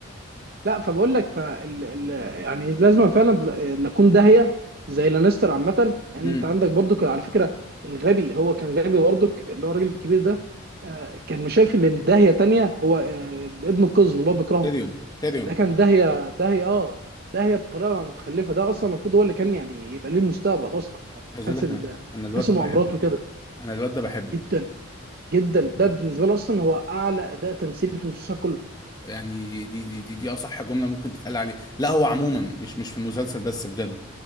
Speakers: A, on the right (about 45°); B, on the left (about 20°).
A: لا فبقول لك فال... ال... يعني لازم فعلا لا اكون داهيه زي لانستر عامه انت
B: امم
A: عندك برضو كان على فكره الغبي هو كان غبي برضو اللي هو الراجل الكبير ده آه، كان مش شايف ان داهيه تانية هو آه، ابن القزم اللي هو بيكرهه
B: تيريون تيريون
A: ده كان داهيه داهيه اه داهيه بطريقه متخلفه ده اصلا المفروض هو اللي كان يعني يبقى ليه المستقبل اصلا يعني من
B: عايز
A: حيث
B: اقول لك
A: ال...
B: انا
A: من
B: انا الواد
A: حيث
B: ده
A: المؤامرات
B: بحبه
A: وكده
B: انا الواد ده بحبه
A: جدا جدا
B: يعني
A: ده بالنسبه لي اصلا هو اعلى اداء تمثيلي في المسلسل كله
B: يعني دي دي دي, دي اصح جمله ممكن تتقال عليه لا هو عموما مش مش في المسلسل بس بجد